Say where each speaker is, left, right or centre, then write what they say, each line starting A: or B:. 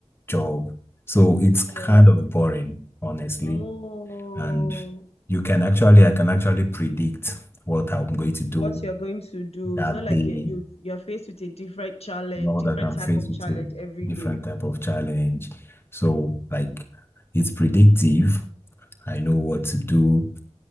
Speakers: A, on the left; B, on the left.
A: job. So it's
B: Yeah.
A: kind of boring, honestly.
B: Oh,
A: And you can actually, I can actually predict what I'm going to do
B: what you're going to do.
A: that
B: It's not like
A: day
B: you're, you you're faced with a different challenge,
A: now
B: different
A: that I'm
B: type
A: faced
B: of
A: with
B: challenge
A: a
B: every
A: different
B: day.
A: type of challenge. So like it's predictive. I know what to do.